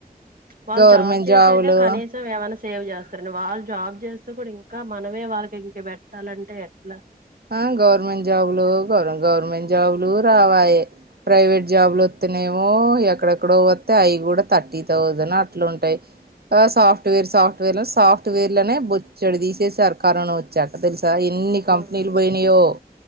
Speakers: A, on the right; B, on the right.
A: వాళ్ళు
B: గవర్నమెంట్
A: జాబ్ చేసేదే
B: జాబులు
A: కనీసం ఏమైనా సేవ్ చేస్త మన వాళ్ళు జాబ్ చేస్తూ కూడా ఇంకా మనమే వాళ్ళకి ఇంక పెట్టాలంటే ఎట్లా
B: ఆ గవర్నమెంట్ జాబ్ లో గవర్ గవర్నమెంట్ జాబులు రావాయే ప్రైవేట్ జాబులు వస్తనేమో ఎక్కడెక్కడో వస్తే అయి కూడా థర్టీ థౌసండ్ అట్లాంటుయి సాఫ్ట్వేర్ సాఫ్ట్వేర్లు సాఫ్ట్వేర్ నే బొచ్చడి తీసేసారు కరోనా వచ్చాక తెలుస ఆ ఎన్ని
A: మ్మ్
B: కంప్ నిల్బనియో